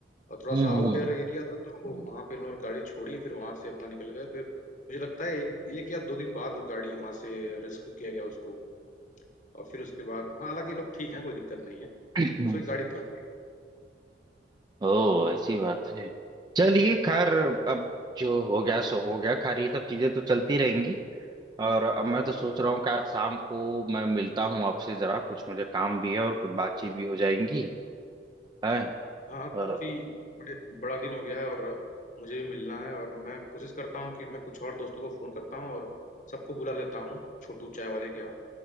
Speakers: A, on the left; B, on the right.
A: और थोड़ा
B: हम्म
A: सा आउट एयर एरिया था तो वहां पे इन लोगों ने गाड़ी छोड़ी फिर वहां से अपना निकल गए फिर मुझे लगता है एक, एक या दो दिन बाद वो गाड़ी वहां से रेस्क्यू किया गया उसको और फिर उसके बाद हाँ हालांकि ये लोग ठीक है कोई दिक्कत नहीं है
B: हम्म।
A: बस वही गाड़ी फंस
B: ओह ऐसी बात है चलिए खैर अब जो हो गया सो हो गया खैर ये सब चीजें तो चलती रहेंगी और अब
A: हाँ
B: मैं तो सोच रहा हूँ कि आज शाम को मैं मिलता हूँ आपसे जरा कुछ मुझे काम भी है और कुछ बातचीत भी हो जाएंगी है
A: हाँ
B: और
A: काफी बड़े बड़ा दिन हो गया है और मुझे भी मिलना है और मैं कोशिश करता हूँ कि मैं कुछ और दोस्तों को फोन करता हूँ और सबको बुला लेता हूँ छोटू चाय वाले के यहाँ